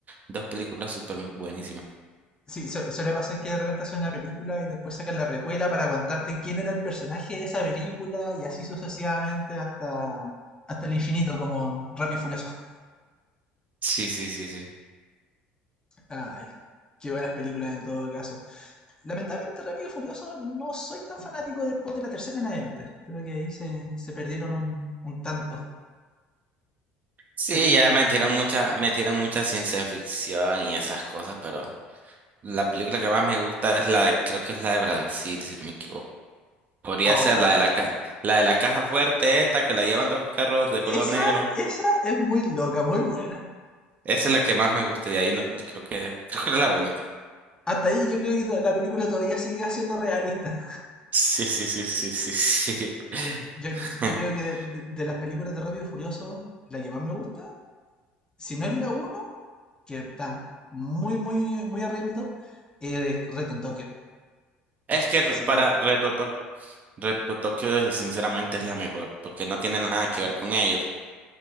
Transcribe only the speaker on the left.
Sí, su- suele pasar que de repente hacen una película y después sacan la precuela para contarte quién era el personaje de esa película y así sucesivamente hasta, hasta el infinito, como en Rápido y Furioso.
<laughs> Ay, qué buenas películas en todo caso. Lamentablemente Rápido y Furioso no soy tan fanático después de la tercera en adelante. Creo que ahí se, se perdieron un, un tanto,
perdieron
la guía.
Oh,
esa,
esa es muy loca, muy buena.
Hasta ahí yo creo que to- la película todavía sigue siendo realista.
Yo, yo creo que de, de- de las películas de Rápido y Furioso, la que más me gusta, si no es la uno que está muy, muy, muy arriba en mi top, es Reto en Tokio.
Es
excelente.